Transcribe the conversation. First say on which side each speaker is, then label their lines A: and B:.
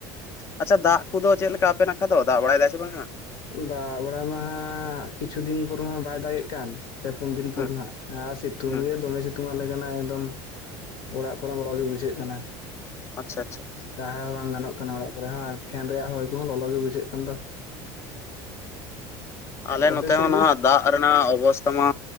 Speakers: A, on the left (about 25°); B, on the left (about 60°).
A: ᱟᱪᱪᱷᱟ ᱫᱟᱜ ᱠᱚᱫᱚ ᱪᱮᱫ ᱞᱮᱠᱟ ᱟᱯᱮ ᱱᱟᱠᱷᱟ ᱫᱚ ᱫᱟᱜ ᱵᱟᱲᱟᱭ ᱫᱟᱭ ᱥᱮ ᱵᱟᱝᱟ?
B: ᱫᱟᱜ ᱵᱟᱲᱟᱭ ᱢᱟ ᱦᱟᱜ ᱠᱤᱪᱷᱩ ᱫᱤᱱ ᱯᱚᱨ ᱢᱟ ᱵᱟᱭ ᱫᱟᱜᱮᱜ ᱠᱟᱱ ᱯᱮ ᱯᱩᱱ ᱫᱤᱱ ᱯᱚᱨ
A: ᱦᱮᱸ
B: ᱱᱟᱜ ᱟᱨ ᱥᱤᱛᱩᱝ
A: ᱦᱮᱸ
B: ᱜᱮ ᱫᱚᱢᱮ ᱥᱤᱛᱩᱝ ᱥᱤᱛᱩᱝ ᱟᱞᱮ ᱠᱟᱱᱟᱭ ᱮᱠᱫᱚᱢ ᱚᱲᱟᱜ ᱠᱚᱨᱮ ᱞᱚᱞᱚ ᱜᱮ ᱵᱩᱡᱷᱟᱹᱜ ᱠᱟᱱᱟ
A: ᱟᱪᱪᱷᱟ ᱟᱪᱪᱷᱟ
B: ᱛᱟᱦᱮᱸ ᱦᱚᱸ ᱵᱟᱝ ᱜᱟᱱᱚᱜ ᱠᱟᱱᱟ ᱚᱲᱟᱜ ᱠᱚᱨᱮ ᱦᱚᱸ ᱯᱷᱮᱱ ᱨᱮᱭᱟᱜ ᱦᱚᱭ ᱠᱚᱦᱚᱸ ᱞᱚᱞᱚ ᱜᱮ ᱵᱩᱡᱷᱟᱹᱜ ᱠᱟᱱᱟ। ᱟᱢᱫᱚ
A: ᱟᱞᱮ
B: ᱟᱯᱮ
A: ᱱᱚᱛᱮ
B: ᱥᱮᱫ
A: ᱦᱚᱸ ᱱᱟᱦᱟᱜ
B: ᱜᱮ
A: ᱫᱟᱜ ᱨᱮᱱᱟᱜ ᱚᱵᱚᱥᱛᱷᱟ ᱢᱟ